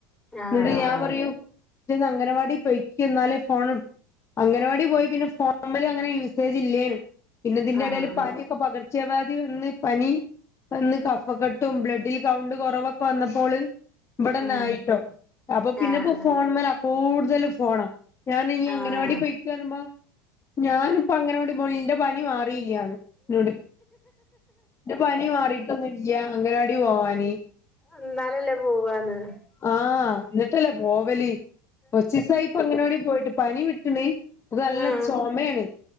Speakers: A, in the centre; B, on the left.
A: ആഹ്
B: എന്നിട്ട് ഞാൻ പറയൂ ഇന്ന് അംഗനവാടി പോയിക്ക്ന്നാലേ ഫോൺ അംഗനവാടി പോയി പിന്നെ ഫോണ അങ്ങനെ യൂസേജ് ഇല്ലേലും പിന്നെ ഇതിന്റെടയിൽ
A: ആഹ് ആഹ്
B: പനി ഇപ്പ പകർച്ചവ്യധി വന്ന് പനി അന്ന് കഫ കെട്ടും ബ്ലഡിൽ കൗണ്ട് കുറവൊക്കെ വന്നപ്പോള് ഇവിടെന്നായിട്ടോ
A: ഉം
B: അപ്പൊ പിന്നെപ്പോ
A: ആഹ് ആഹ്
B: ഫോൺ മേല കൂടുതലും ഫോൺ ഞാൻ ഇനി അങ്ങനവാടി
A: ആഹ്
B: പയിക്ക പറയുമ്പോ ഞാനിപ്പ അങ്ങനവാടി പോ എന്റെ പനി മാറിയില്ലാന്ന് യൊട് എന്റെ പനി മാറിട്ടൊന്നുംല്ല അംഗനവാടി പോവാന്
A: എന്നാലല്ലേ പോവന്ന്
B: ആഹ് എന്നിട്ടല്ലേ പോവലി കൊച്ചിസായിപ്പ അങ്കണവാടിയില് പോയിട്ട് പനി വിട്ടണ് ഇത് നല്ല
A: ഉം
B: ചുമയാണ്